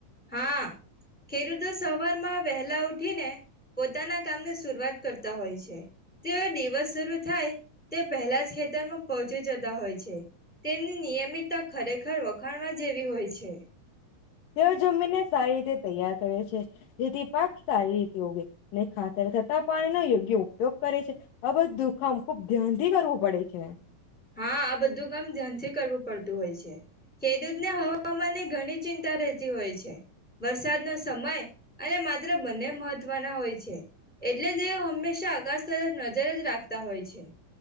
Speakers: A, in the centre; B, on the left.
A: હા ખેડૂતો સવારમાં વહેલા ઉઠીને પોતાના કામની શરૂઆત કરતા હોય છે તેઓ દિવસ શરૂ થાય તે પહેલા જ ખેતર માં પ જતા હોય છે તેમની નિયમિતતા ખરેખર વખાણવા જેવી હોય છે
B: તેઓ જમીનને સારી રીતે તૈયાર કરે છે જેથી પાક સારી રીતે ઉગે નહી ખાતર થતા પાણી ન યોગ્ય ઉપયોગ કરે છે આ બધું કામ ખૂબ ધ્યાન થી કરવું પડે છે
A: હા આ બધું કામ ધ્યાનથી કરવું પડતું હોય છે ખેડૂત ને હવામાન ઘણી ચિંતા રહેતી હોય છે વરસાદનોો સમય અને માત્ર બંને મહત્વના હોય છે એટલે તેઓ હંમેશા આકાશ તરફ નજર જ રાખતા હોય છે